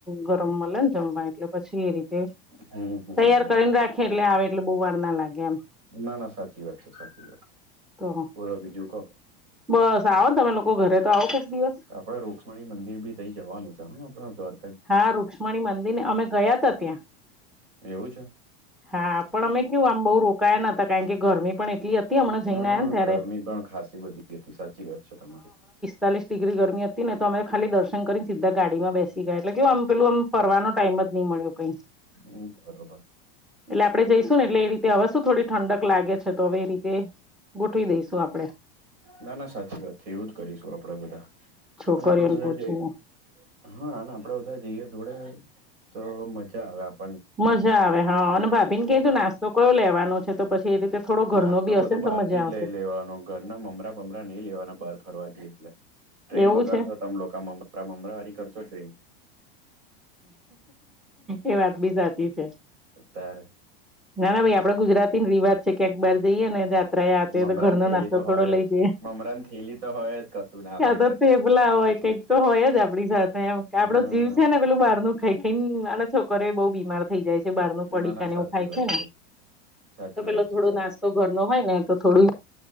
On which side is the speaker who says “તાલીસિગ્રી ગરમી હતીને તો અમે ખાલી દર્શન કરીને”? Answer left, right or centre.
Centre